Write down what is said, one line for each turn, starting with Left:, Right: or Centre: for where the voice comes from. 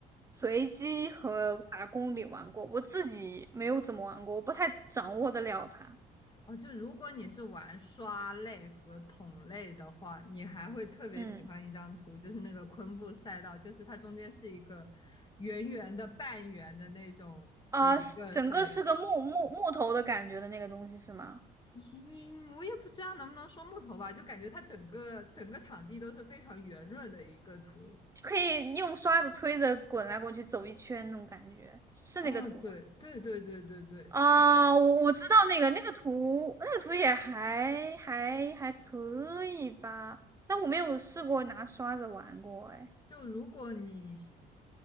Right: 随机和打工里玩过，我自己没有怎么玩过，我不太掌握得了它。
Left: 哦，就如果你是玩刷类和桶类的话，你还会特别喜欢一张图，
Right: 嗯
Left: 就是那个昆布赛道，就是它中间是一个圆圆的半圆的那种的一个赛道。
Right: 啊，是整个是个木木木头的感觉的那个东西是吗？
Left: 嗯，我也不知道能不能说木头吧，就感觉它整个整个场地都是非常圆润的一个图。
Right: 就可以用刷子推着滚来滚去走一圈那种感觉，是那个图吧？
Left: 哦，对对对对对对，
Right: 啊，我我知道那个那个图，那个图也还还还可以吧，但我没有试过拿刷子玩过，哎，
Left: 就如果你是